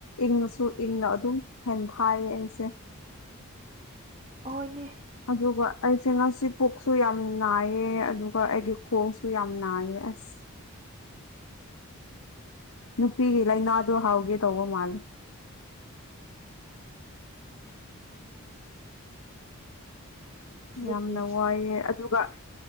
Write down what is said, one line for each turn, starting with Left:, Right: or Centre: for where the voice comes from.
Left: ꯏꯪꯁꯨ ꯏꯪꯅ ꯑꯗꯨꯝ ꯍꯦꯟ ꯊꯥꯏꯌꯦ ꯑꯩꯁꯦ
Right: ꯍꯣꯏ ꯅꯦ
Left: ꯑꯗꯨꯒ ꯑꯩꯁꯦ ꯉꯁꯤ ꯄꯨꯛꯁꯨ ꯌꯥꯝ ꯅꯥꯏꯌꯦ ꯑꯗꯨꯒ ꯑꯩꯒꯤ ꯈꯣꯡꯁꯨ ꯌꯥꯝ ꯅꯥꯏꯌꯦ ꯑꯁ ꯅꯨꯄꯤꯒꯤ ꯂꯥꯏꯅꯥꯗꯣ ꯍꯥꯎꯒꯦ ꯇꯧꯕ ꯃꯥꯜꯂꯦ
Right: ꯍꯧꯖꯤꯛꯀꯤ
Left: ꯌꯥꯝꯅ ꯋꯥꯏꯑꯦ ꯑꯗꯨꯒ